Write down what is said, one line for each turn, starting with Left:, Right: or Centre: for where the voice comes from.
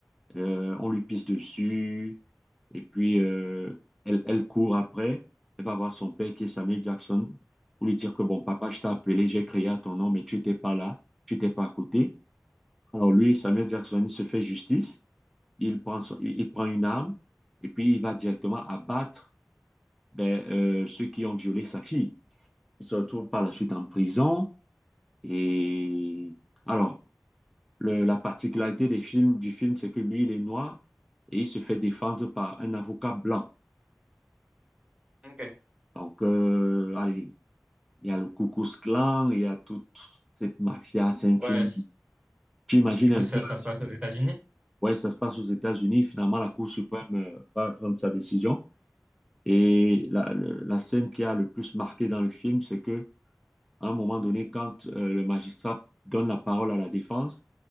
Centre: Euh, on lui pisse dessus et puis euh, elle, elle court après. Elle va voir son père qui est Samuel Jackson pour lui dire que bon, papa, je t'ai appelé, j'ai crié à ton nom, mais tu n'étais pas là, tu n'étais pas à côté. Alors, lui, Samuel Jackson, il se fait justice. Il prend, son- il il prend une arme et puis il va directement abattre ben, euh, ceux qui ont violé sa fille. Ils se retrouvent par la suite en prison. Et alors, le- la particularité des films, du film, c'est que lui, il est noir et il se fait défendre par un avocat blanc.
Right: Ok.
Centre: Donc, euh, allez, il y a le Ku Klux Klan, il y a toute cette mafia. C'est un
Right: Ouais.
Centre: film,
Right: c-
Centre: tu imagines
Right: Du
Centre: un
Right: coup, ça,
Centre: peu.
Right: ça se passe aux États-Unis.
Centre: Ouais, ça se passe aux États-Unis. Finalement, la Cour suprême euh, va rendre sa décision. Et la, le- la scène qui a le plus marqué dans le film, c'est que À un moment donné, quand euh, le magistrat donne la parole à la défense,